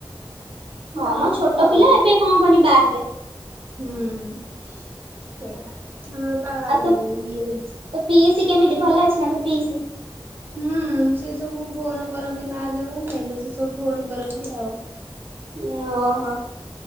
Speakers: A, on the right (about 25°); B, on the right (about 85°).
A: ମୋର
B: ହଁ ମୋ
A: ହବ
B: ଛୋଟ
A: ଆଉ
B: ପିଲା ଏବେ କଣ କହନି ବାହାହେବେ।
A: ହୁଁ। ସେଇଆ। ହଁ ପା
B: ଆଉ ତୋ
A: ଇଏ
B: ତୋ ପିଇସି କେମିତି ଭଲ ଅଛି ନା ତୋ ପିଇସି?
A: ହୁଁ। ସେ ସବୁ ଫୋନ କରନ୍ତି ମା ଦେହ ଭଲ ନାଇଁ ତ, ସେ ସବୁ ଫୋନ କରନ୍ତି ଆଉ।
B: ଅ ହ।